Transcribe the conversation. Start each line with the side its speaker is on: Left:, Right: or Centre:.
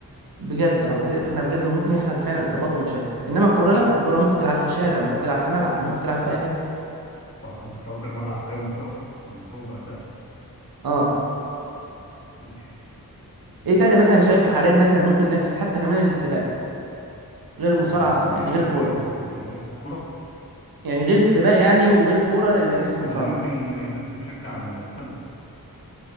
Right: بجد اه هتقلب خناقه بجد وممكن يحصل فعلا اصابات ومشاكل انما الكوره لا الكوره
Left: تمام
Right: ممكن تلعب في الشارع ممكن تلعب في ملعب ممكن تلعب في اي حته
Left: صح ممكن تأجر ملعب في أي منطقة الموضوع بقى سهل
Right: اه
Left: ماشي
Right: ايه تاني مثلا شايفه حاليا مثلا ممكن ينافس حتى كمان السباق غير المصارعه
Left: آه
Right: يعني
Left: ي-
Right: غير
Left: ينافس
Right: الكوره
Left: ينافس الكرة
Right: يعني غير السباق يعني وغير الكوره اللي بينافس المصارعه
Left: اللي ممكن الناس بتشجع السلة